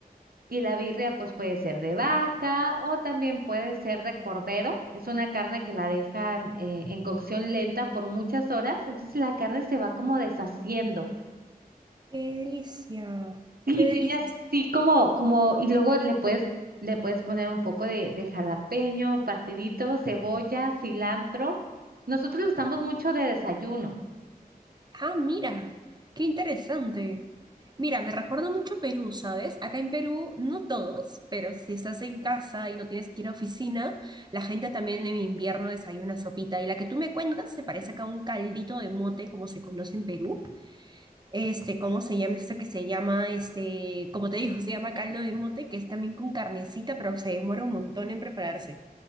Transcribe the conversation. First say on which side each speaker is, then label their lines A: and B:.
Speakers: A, on the right; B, on the right.
A: y la birria pues puede ser de vaca o también puede ser de cordero. Es una carne que la dejan eh, en cocción lenta por muchas horas, entonces la carne se va como deshaciendo.
B: Qué delicia,
A: Sí,
B: qué delicia.
A: tiene así como, como, y luego le puedes, le puedes poner un poco de, de jalapeño, partidito, cebolla, cilantro. Nosotros lo usamos mucho de desayuno.
B: Ah, mira, qué interesante. Mira, me recuerda mucho a Perú, ¿sabes? Acá en Perú, no todos, pero si estás en casa y no tienes que ir a oficina, la gente también en invierno desayuna sopita. Y la que tú me cuentas se parece acá a un caldito de mote, como se conoce en Perú. Este, ¿cómo se llama esto que se llama? Este, como te digo, <laughs> se llama caldo de mote, que es también con carnecita, pero se demora un montón en prepararse.